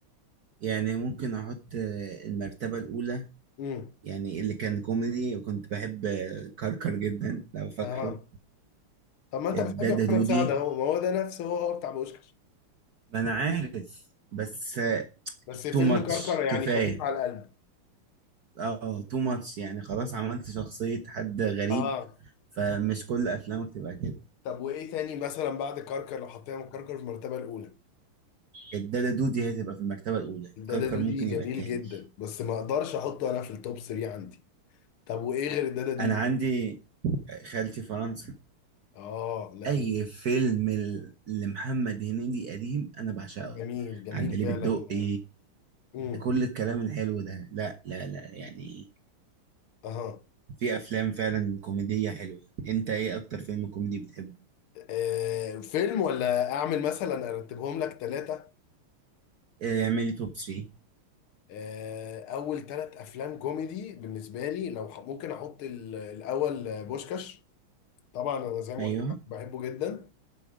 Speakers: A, on the right; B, on the left.
A: يعني ممكن احط آه، المرتبة الاولى
B: امم
A: يعني اللي كان كوميدي وكنت بحب آه، كركر جدا لو فاكره
B: اه طب ما أنت
A: الدادا
B: بتحب
A: دودي
B: محمد سعد أهو ما هو ده نفسه هو هو بتاع بوشكش
A: ما انا عارف بس
B: بس فيلم
A: تو ماتش
B: كركر يعني
A: كفاية
B: خفيف على القلب
A: اه تو ماتش يعني خلاص عملت شخصية حد غريب
B: اه
A: فمش كل افلامك تبقى كده
B: طب وإيه تاني مثلا بعد كركر لو حطينا من كركر في المرتبة الأولى
A: الدادا دودي هتبقى في المرتبة الاولى
B: الدادا
A: كركر
B: دودي
A: ممكن
B: جميل
A: يبقى التاني
B: جدا بس ما أقدرش أحطه أنا في التوب 3 عندي طب وإيه غير الدادا دودي؟
A: انا عندي آه، خالتي فرنسا
B: آه لا
A: اي فيلم ل- لمحمد هنيدي قديم انا بعشقه
B: جميل جميل
A: عندليب
B: فعلا
A: الدقي
B: امم
A: كل الكلام الحلو ده لا لا لا يعني
B: اها
A: في افلام فعلا كوميدية حلوة انت ايه اكتر فيلم كوميدي بتحبه
B: آه، فيلم ولا اعمل مثلا ارتبهم لك ثلاثة
A: إيه، اعملي توب 3
B: آه، اول ثلاث افلام كوميدي بالنسبة لي لو ح- ممكن احط ال- الاول آه، بوشكاش طبعا انا زي ما
A: ايوه
B: قلت لك بحبه جدا